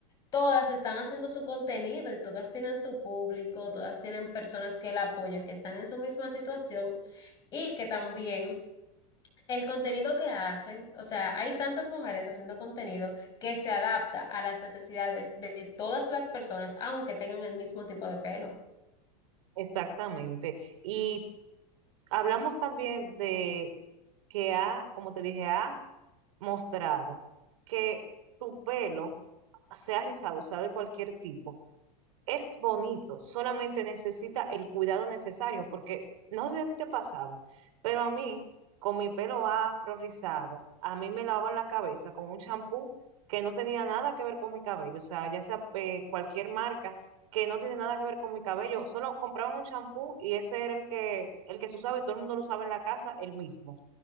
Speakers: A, on the left; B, on the right.
A: todas están haciendo su contenido y todas tienen su público, todas tienen personas que la apoyan, que están en su misma situación y que también... El contenido que hacen, o sea, hay tantas mujeres haciendo contenido que se adapta a las necesidades de todas las personas, aunque tengan el mismo tipo de pelo.
B: Exactamente. Y hablamos también de que ha, como te dije, ha mostrado que tu pelo, sea rizado, sea de cualquier tipo, es bonito, solamente necesita el cuidado necesario, porque no sé si a ti te pasaba, pero a mí, con mi pelo afro rizado, a mí me lavaban la cabeza con un champú que no tenía nada que ver con mi cabello, o sea, ya sea eh, cualquier marca que no tiene nada que ver con mi cabello, solo compraban un champú y ese era el que, el que se usaba y todo el mundo lo usaba en la casa, el mismo